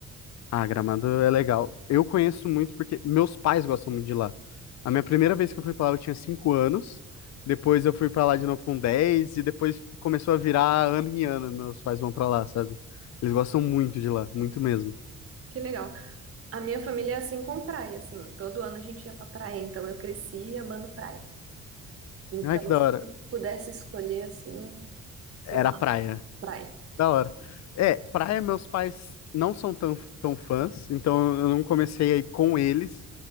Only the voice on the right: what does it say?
Que legal. A minha família é assim com praia, assim. Todo ano a gente ia pra praia, então eu cresci amando praia. Então,
se
eu pudesse escolher, assim, sei
lá,
praia.